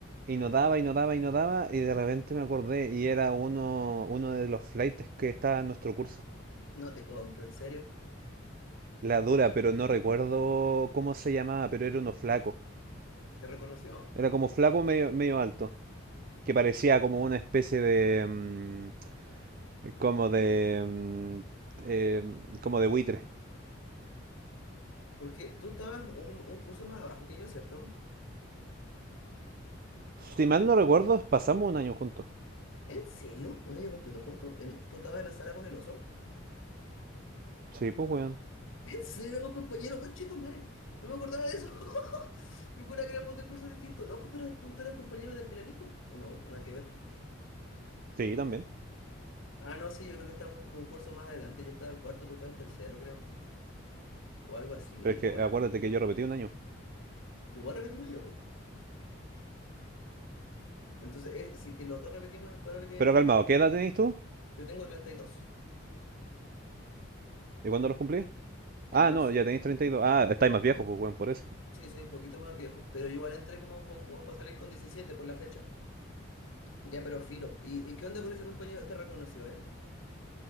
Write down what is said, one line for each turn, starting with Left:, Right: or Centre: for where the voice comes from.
Right: Y
Left: ya,
Right: no daba, y no daba, y no daba, y de repente me acordé y era uno, uno de los flaites que estaba en nuestro curso.
Left: no te compro, en serio.
Right: La dura,
Left: Ah,
Right: pero no recuerdo cómo se llamaba, pero era uno flaco.
Left: ¿Te reconoció?
Right: Era como flaco medio, medio alto, que parecía como una especie de... mm, como de... mm, eh, como de buitre.
Left: Porque tú estabas un, un curso más abajo que yo, ¿cierto?
Right: Si mal no recuerdo, pasamos un año juntos.
Left: ¿En serio? ¿Un año completo juntos? ¿En- ¿Tú estabas en la sala con el oso?
Right: Sí, pues weón.
Left: ¿En serio, éramos compañeros? ¡Conchetumare! No me acordaba de eso. <laughs> Yo juraba que éramos de cursos distintos. No, pues tú eras, tú, tú eras compañero del, del la ¿O no? ¿O nada que ver?
Right: Sí, también.
Left: Ah, no, sí, yo creo que estábamos como un curso más adelante. Yo estaba en cuarto, tú estabas en tercero, creo. O algo así.
Right: Pero es que
Left: O era...
Right: acuérdate que yo repetí un año.
Left: Yo voy a repetir un año, pues. Entonces, eh, si que los dos repetimos, pero el que
Right: Pero
Left: estamos-
Right: calmado, ¿qué edad tenéis tú?
Left: Yo tengo 32
Right: ¿Y cuándo los cumplís? Ah,
Left: en marzo.
Right: no, ya tenéis treinta y dos Ah, estáis más viejos, pues, weón, por eso.
Left: Sí, soy un poquito más viejo, pero yo igual entré como, como, como para salir con 17 por la fecha. Ya, pero filo. ¿Y, y qué onda con ese compañero? ¿Te reconoció él?